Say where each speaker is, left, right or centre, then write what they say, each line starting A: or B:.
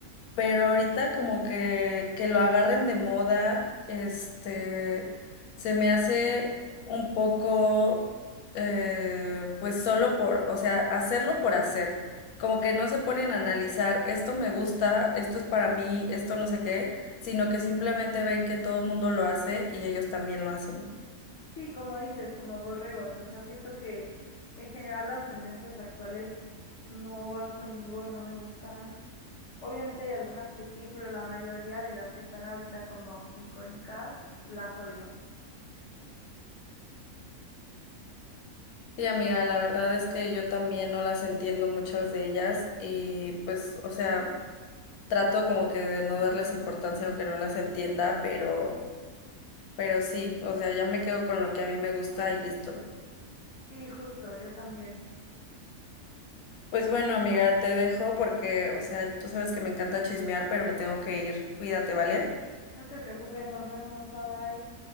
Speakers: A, on the left; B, on the left.
A: pero ahorita como que, que lo agarren de moda, este, se me hace un poco, eh, pues solo por, o sea, hacerlo por hacer, como que no se ponen a analizar, esto me gusta, esto es para mí, esto no sé qué, sino que simplemente ven que todo el mundo lo hace y ellos también lo hacen.
B: Sí, como dices, como borregos, o sea, siento que en general las tendencias actuales no van conmigo, no me gustan. Obviamente hay algunas que sí, pero la mayoría de las que están ahorita como icónicas las odio.
A: Sí, amiga, la verdad es que yo también no las entiendo muchas de ellas y pues, o sea... trato como que de no darles importancia aunque no las entienda, pero, pero sí, o sea, ya me quedo con lo que a mí me gusta y listo.
B: Sí, justo, yo también.
A: Pues bueno, amiga, te dejo porque, o sea, tú sabes que me encanta chismear, pero me tengo que ir. Cuídate, ¿vale?
B: No te preocupes, nos vemos, bye bye.